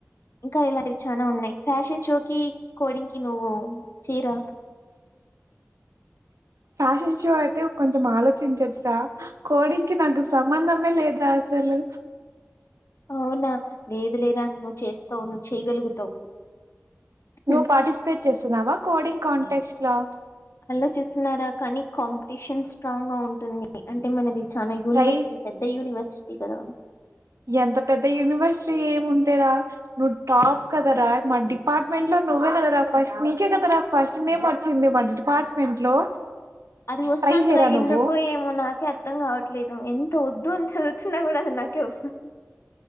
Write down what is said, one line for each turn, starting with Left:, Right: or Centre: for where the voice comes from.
Left: ఇంకా ఇలాంటివి చానా ఉన్నాయి ఫ్యాషన్ షో కి కోడింగ్ కి నువ్వు చేయిరా
Right: ఫ్యాషన్ షో అయితే కొంచెం ఆలోచించచ్చరా కోడింగ్ కి నాకు సంబంధమే లేదరా అసలు
Left: అవునా లేదు లేదు బా నువ్వు చేస్తావును చేయగలుగుతావు హ్మ్
Right: నువ్వు పార్టిసిపేట్ చేస్తున్నావా కోడింగ్ కాంటెక్స్ట్ లా
Left: ఆలోచిస్తున్నారా కానీ కాంపిటీషన్ స్ట్రాంగ్ గా ఉంటుంది అంటే మన ది చాన యునిర్సిటీ
Right: ట్రై
Left: పెద్ద యూనివర్సిటీ కదా
Right: ఎంత పెద్ద యూనివర్సిటీ ఏముంటేరా నువ్వు టాప్ కదరా మా డిపార్ట్మెంట్ లో నువ్వే కదా రా ఫస్ట్ నీకే కదా రా ఫస్ట్ నేమ్ వచ్చింది మాన డిపార్ట్మెంట్ లో
Left: అది వస్తుంద
Right: ట్రై చేయరా
Left: రా ఎందుకు
Right: నువ్వు
Left: ఏమో నాకే అర్థం కావట్లేదు ఎంత వద్దు అని చదువు తున్న కూడా అది నాకెవస్థానంది